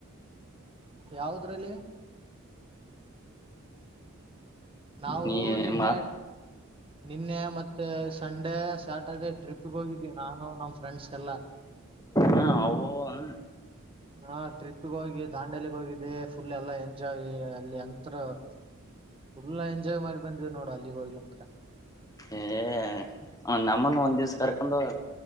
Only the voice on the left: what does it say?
ನೀ
ಮಾ
ಹಾ ಹ ಓ ಹಾ
ಏ ಒ ನಮ್ಮನ್ ಒಂದ್ ದಿವ್ಸ ಕರ್ಕೊಂಡ